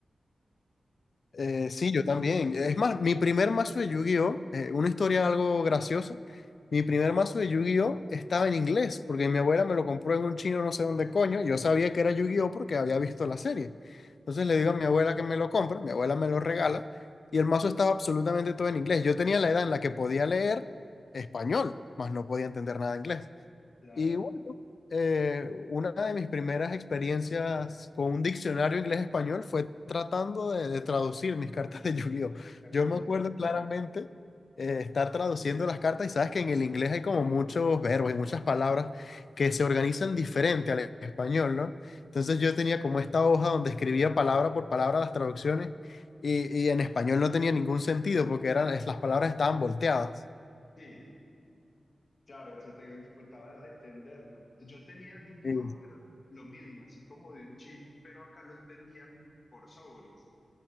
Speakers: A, on the left; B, on the left.
A: Eh, sí, yo también. Es más, mi primer mazo de Yu-Gi-Oh, eh, una historia algo graciosa, mi primer mazo de Yu-Gi-Oh estaba en inglés porque mi abuela me lo compró en un chino no sé dónde coño. y Yo sabía que era Yu-Gi-Oh porque había visto la serie. Entonces le digo a mi abuela que me lo compre, mi abuela me lo regala y el mazo estaba absolutamente todo en inglés. Yo tenía la edad en la que podía leer español, mas no podía entender nada de inglés.
B: Claro,
A: Y bueno, eh, una de mis primeras experiencias con un diccionario inglés-español fue tratando de, de traducir mis cartas de Yu-Gi-Oh!
B: las cartas
A: Yo me
B: de
A: acuerdo
B: Yu-Gi-Oh!
A: claramente eh, estar traduciendo las cartas y sabes que en el inglés hay como muchos verbos y muchas palabras que se organizan diferente al español, ¿no? Entonces
B: Sí.
A: yo tenía como esta hoja donde escribía palabra por palabra las traducciones y, y en español no tenía ningún sentido porque eran, es- las palabras estaban volteadas.
B: Sí. Claro, se te dificultaba entenderlo. Yo tenía Yu-Gi-Oh,
A: Sí.
B: pero lo mismo, así como de un chino, pero acá los vendían por sobres.